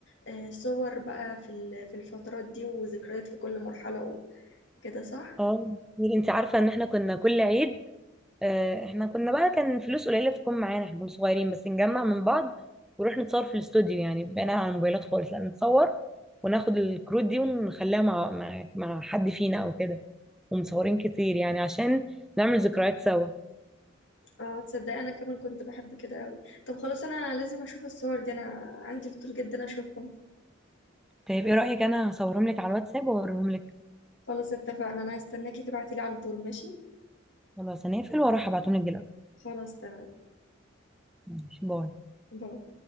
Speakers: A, on the left (about 60°); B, in the centre.
A: آه، صور بقى في ال- في الفترات دي وذكريات في كل مرحله وكده صح
B: اه انت عارفة ان احنا كنا كل عيد آه، احنا كنا بقى كان فلوس قليلة تكون معانا احنا كنا صغيرين بس نجمع من بعض ونروح نتصور في الاستوديو يعني بقينا على الموبايلات خالص لا نتصور وناخد الكروت دي ونخليها مع مع مع حد فينا او كده ومصورين كتير يعني عشان نعمل ذكريات سوا
A: اه تصدقي انا كمان كنت بحب كده قوي طب خلاص انا لازم اشوف الصور دي انا عندي فضول جدا اشوفهم
B: طيب ايه رأيك انا هصورهم لك على الواتساب واوريهم لك
A: خلاص اتفقنا انا هستناكي تبعتي لي على طول ماشي
B: خلاص هنقفل واروح ابعتهم لك دلوقتي
A: خلاص تمام
B: ماشي باي
A: باي